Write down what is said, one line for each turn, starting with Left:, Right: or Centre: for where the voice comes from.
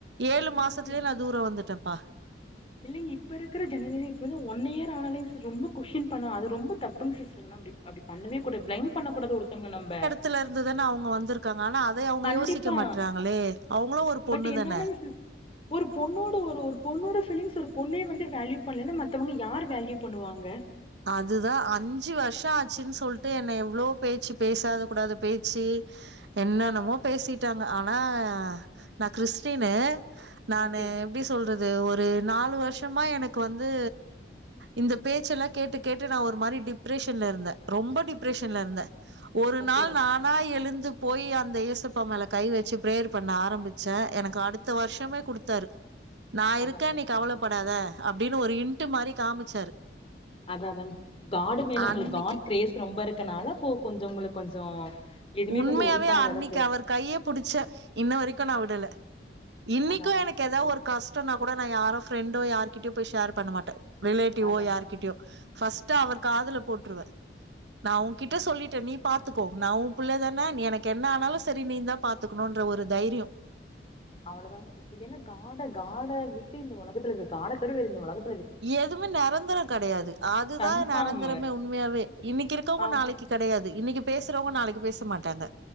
Right: ஏழு
Left: இல்லைங்
Right: மாசத்துலயே நா தூரோ வந்துடேம்ப்பா
Left: இல்லங்க இப்ப இருக்கற ஜனவரி இப்ப தா ஒன் இயர் ஆனாலே ரொம்ப கொஸ்ன் பன்ன அது ரொம்ப தப்புங் சிஸ் சொல்றன அப்டி அப்டி பண்ணவே கூட பிளைம் பண்ண கூடாதது ஒருத்தங்ள நம்ப
Right: த்துல இருந்து தான அவுங்க வந்துருக்காங்க ஆனா அதை அவுங்க
Left: கண்டிப்பா
Right: யோசிக்க மாட்றாங்களே அவுங்களு ஒரு பொண்ணு
Left: பட் என்னாலங்
Right: தானே
Left: சிஸ் ஒரு பொண்ணோட ஒரு ஒரு பொண்ணோட ஃபீலிங்ஸ் ஒரு பொண்ணே வந்து வேல்யூ பண்ணலன்னா மத்தவங்க யாரு வேல்யூ பண்ணுவாங்க
Right: அதுதா அஞ்சு வருஷோ ஆச்சுன் சொல்ட்டு என்ன எவ்ளோ பேச்சு பேசாத கூடாத பேச்சு என்னென்னமோ
Left: ஆ
Right: பேசிட்டாங்க ஆனா நா கிறிஸ்டினு நானு
Left: ஓகே
Right: எப்டி சொல்றது ஒரு நாலு வருஷமா எனக்கு வந்து இந்த பேச்சு எல்லா கேட்டு கேட்டு நா ஒரு மாரி டிப்ரஷன்ல இருந்த ரொம்ப டிப்ரஷன்ல இருந்த ஒரு
Left: ஓகே
Right: நாள்
Left: ஓ
Right: நா நா எழுந்து போய் அந்த ஏசப்பா மேல கை வெச்சு ப்ரேயர் பண்ண ஆரம்புச்ச எனக்கு அடுத் த்த வருஷமே குடுத்தாரு நா இருக்க
Left: அதா அதா
Right: நீ கவலப்படாத அப்டின்னு ஒரு இன்ட் மாரி காமிச்சாரு
Left: அதா அதாங் காடூ மேல உங்களுக்கு
Right: அன்னைக்கு
Left: காட் கிரேஸ் ரொம்ப இருக்கனால கு கொஞ்சோ உங்களுக்கு கொஞ்சோ எதுவுமே
Right: உண்மையாவே
Left: கொஞ்சோ ஒரி பண்ணாத
Right: அன்னைக்கு
Left: அளவுக்கு
Right: அவர் கையே புடிச்ச இன்ன வரைக்கும் நா விடல இன்னைக்கும்
Left: அதா அதாங்
Right: எனக்கு
Left: சிஸ்டர்
Right: ஏதா ஒரு கஷ் டோன்னா கூட நா யாரோ ஃப்ரெண்டோ யார்கிட்டயோ போய் ஷேர் பண்ணமாட்டே ரிலேட்டிவோ
Left: அதா
Right: யார் கிட்டியோ ஃபஸ்ட்டா அவர் காதுல போட்ருவே நா உங்கிட்ட சொல்லிட்டே நீ பாத்துக்கோ நா உம் புள்ளதான நீ எனக்கு என்ன ஆனாலும் சரி நீ தா பாத்துக்கணுன்ற ஒரு தைரியோ
Left: அவ்ளதான சிஸ் என்ன காட காட விட்டு இந்த ஒலகத்துல காட தவர இந்த ஒலக
Right: எதுவுமே நெரந்தரோ கடையாது அதுதா
Left: கன்ஃபார்மு
Right: நெரந்தரமே உண்மையாவே இன்னைக்கு இருக்கவங்க
Left: ஆ
Right: நாளைக்கு கெடையாது இன்னைக்கு பேசுறவங்க நாளைக்கு பேச மாட்டாங்க